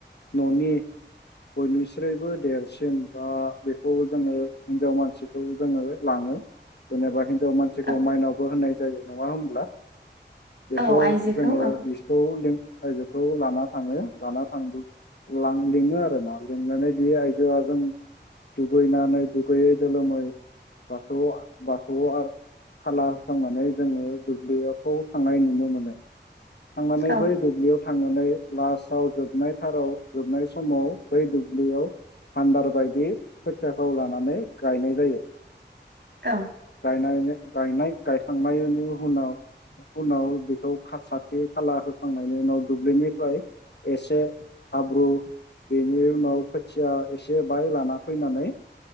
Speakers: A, on the left; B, on the right.
A: न'नि बयनिस्रायबो देरसिन बा बेखौ जोङो हिनजाव मानसिखौ जोङो लाङो जेनेबा हि नजाव मानसिखौ
B: औ
A: माइनावबो होननाय जायो नंङा होमब्ला? बेखौ
B: औ आइजोखौ
A: जोङो
B: औ
A: बिखौ जों आयजोखौ लाना थाङो लाना थां <unintelligible> लां लिङो आरो ना लिंनानै बि आइजोआ जों दुगैनानै दुगैयै दोलोमै बाथौ बाथौ <unintelligible> खाला होखांनानै जोङो दुब्लियाखौ थांनाय नुनो मोनो। थांनानै
B: औ
A: बै दुब्लियाव थांनानै लासआव जोबनाय थाराव जोबनाय समाव बै दुब्लियाव फान्दार बायदि खोथियाखौ लानानै गायनाय जायो।
B: औ
A: गायनानै गायनाय गायखांनायनि उनाव उनाव बेखौ खा साथि खाला होखांनायनि उनाव दुब्लिनिफ्राय एसे हाब्रु बेनि उनाव खोथिया एसे बाय लाना फैनानै